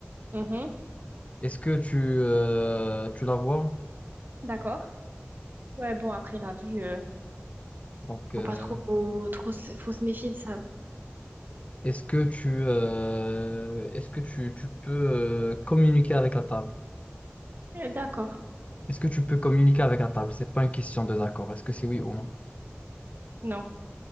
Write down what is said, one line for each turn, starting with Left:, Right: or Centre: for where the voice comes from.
Right: Mhm,
Left: Est-ce que tu, euh, tu la vois?
Right: D'accord. Ouais, bon, après, la vue, euh,
Left: Donc, euh,
Right: faut pas trop, trop, se- faut se méfier de ça.
Left: Est-ce que tu, euh, est-ce que tu, tu peux euh, communiquer avec la table?
Right: Euh, d'accord.
Left: Est-ce que tu peux communiquer avec la table? C'est pas une question de d'accord. Est-ce que c'est oui ou non?
Right: Non.